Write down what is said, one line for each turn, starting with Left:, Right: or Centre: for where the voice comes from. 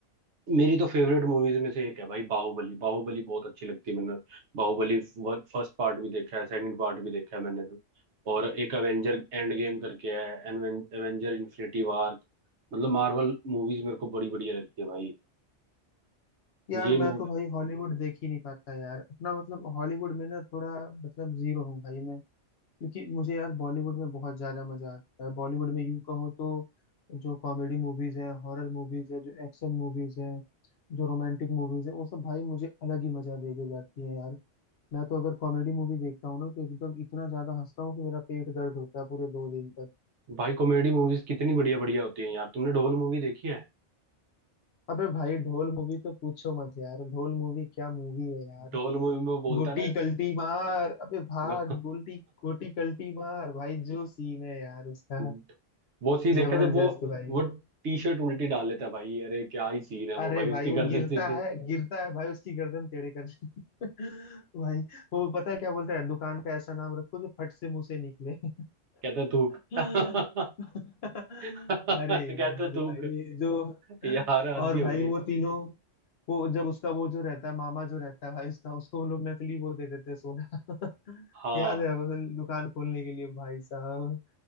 Right: मेरी तो फेवरेट मूवीज में से एक है भाई बाहुबली बाहुबली बहुत अच्छी लगती है मैंने बाहुबली फर्स्ट पार्ट भी देखा है सेकंड पार्ट भी देखा है मैंने और एक एवेंजर एंड गेम करके है एवेंजर इन्फिनिटी वार मतलब मार्वल मूवीज मेरे को बड़ी बढ़िया लगती है भाई
Left: यार
Right: ये
Left: मैं
Right: मूवी
Left: तो भाई हॉलीवुड देख ही नहीं पाता यार अपना मतलब हॉलीवुड में ना थोड़ा मतलब जीरो हूँ भाई मैं क्योंकि मुझे यार बॉलीवुड में बहुत ज्यादा मजा आता है बॉलीवुड में यूं कहो तो जो कॉमेडी मूवीज है हॉरर मूवीज है जो एक्शन मूवीज है जो रोमांटिक मूवीज है वो सब भाई मुझे अलग ही मजा दे के जाती है यार मैं तो अगर कॉमेडी मूवी देखता हूँ ना तो एकदम इतना ज्यादा हंसता हूँ कि मेरा पेट दर्द होता है पूरे दो दिन तक
Right: भाई कॉमेडी मूवीज कितनी बढ़िया बढ़िया होती है यार तुमने ढोल मूवी देखी है
Left: अबे भाई ढोल मूवी तो पूछो मत यार ढोल मूवी क्या मूवी है यार
Right: ढोल मूवी में वो बोलता
Left: गोटी
Right: है
Left: कल्टी मार अबे भाग
Right: ना
Left: गोल्टी गोटी कल्टी मार भाई जो सीन है यार उसका
Right: <laughs> वो सीन देखा
Left: जबरदस्त
Right: जब वो
Left: भाई
Right: वो टी शर्ट उल्टी डाल लेता है भाई अरे क्या ही सीन है वो
Left: अरे
Right: भाई
Left: भाई
Right: उसकी
Left: वो
Right: गर्दन
Left: गिरता
Right: सीधी
Left: है गिरता है भाई उसकी गर्दन टेढ़े कर <laughs> भाई वो पता है क्या बोलता है दुकान का ऐसा नाम रखो जो फट से मुंह से निकले <laughs>
Right: कहता थूक <laughs> कहता
Left: अरे यार
Right: थूक
Left: भाई जो
Right: यार हद
Left: और
Right: ही
Left: भाई
Right: होगी
Left: वो तीनों वो जब उसका वो जो रहता है मामा जो रहता है भाई उसका उसको वो लोग नकली वो दे देते हैं सोना <laughs>
Right: हाँ
Left: याद है वो दुकान खोलने के लिए भाई साहब